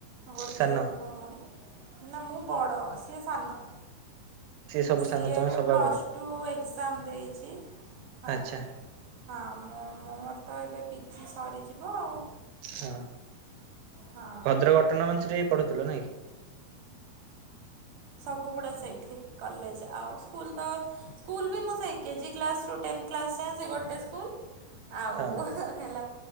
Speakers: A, on the right; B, on the right.
A: ଗୋଟେ
B: ସାନ?
A: ଭଉଣୀ। ନା ମୁଁ ବଡ ସିଏ ସାନ।
B: ସବୁ
A: ସିଏ
B: ସାନ ତମେ
A: ଏବେ
B: ସବା
A: ପ୍ଲସ୍
B: ବଡ
A: ଟୁ ଏକ୍ଜାମ ଦେଇଛି ହଁ।
B: ଆଚ୍ଛା
A: ହଁ ମୁଁ ମୋର ତ ଏବେ ପିଜି ସରିଯିବ ଆଉ।
B: ହଁ
A: ହଁ।
B: ଭଦ୍ରକ ଅଟୋନମସରେ ହିଁ ପଢୁଥିଲ ନାଇଁ କି?
A: ସବୁ ଗୁଡା ସେଇଠି କଲେଜ, ଆଉ ସ୍କୁଲ ତ ସ୍କୁଲ ବି ମୁଁ ସେ କେଜି କ୍ଲାସ ରୁ ଟେନ୍ କ୍ଲାସ ଯାଏଁ ସେ ଗୋଟେ ସ୍କୁଲ। ଆଉ
B: ହଁ
A: ହ-ହେଲା